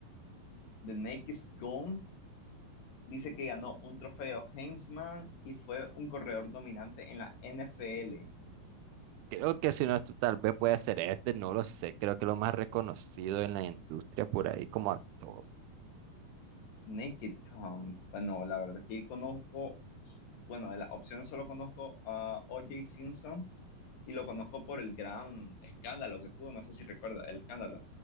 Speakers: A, on the left (about 70°); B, on the right (about 75°).
A: The Naked Gun Dice que ganó un trofeo Heisman y fue un corredor dominante en la NFL.
B: Creo que si no, esto tal vez puede ser este, no lo sé. Creo que lo más reconocido en la industria por ahí como actor.
A: Naked Gun Bueno, la verdad es que conozco, bueno, de las opciones solo conozco a O.J. Simpson y lo conozco por el gran escándalo que tuvo. No sé si recuerda el escándalo.